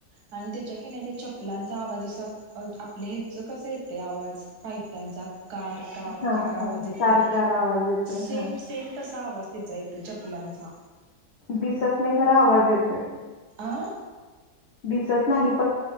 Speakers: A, on the right (about 70°); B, on the left (about 65°).
A: आणि त्याच्या किण्या ते चपलांचा आवाज असा आपल्या ह्याच कसं येतंय आवाज पायताणचा कार कार
B: हां,
A: कार आवाज
B: हां.
A: येतोय
B: कार-कार आवाज येतोय.
A: सेम
B: हां.
A: सेम तसा आवाज हिचा येतोय चपलांचा
B: दिसत नाही खरा आवाज येतोय.
A: आं
B: दिसत नाहीत.